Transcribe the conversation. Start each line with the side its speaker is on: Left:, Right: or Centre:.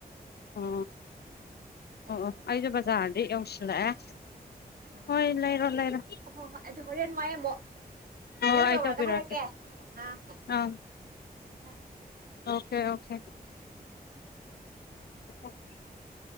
Left: ꯑꯣ
Right: ꯁꯠ
Left: ꯑꯣ
Right: ꯂꯩꯔꯛꯀꯦ
Left: ꯑꯣ ꯑꯩꯖꯨ ꯕꯖꯥꯔꯗꯤ ꯌꯧꯁꯤꯂꯑꯦ
Right: ꯑ
Left: ꯍꯣꯏ ꯂꯩꯔꯣ ꯂꯩꯔꯣ
Right: ꯍꯣꯏ ꯍꯣꯏ ꯑꯗꯨ ꯍꯣꯔꯦꯟ ꯋꯥꯏ ꯑꯃꯨꯛ
Left: ꯍꯣꯏ
Right: ꯌꯨꯝ
Left: ꯑꯩ
Right: ꯌꯧꯔꯒ
Left: ꯇꯧꯕꯤꯔꯛꯀꯦ
Right: ꯍꯥꯏꯔꯛꯀꯦ ꯑꯥ
Left: ꯑꯥ
Right: <inaudible>
Left: ꯑꯣꯀꯦ ꯑꯣꯈꯦ <inaudible>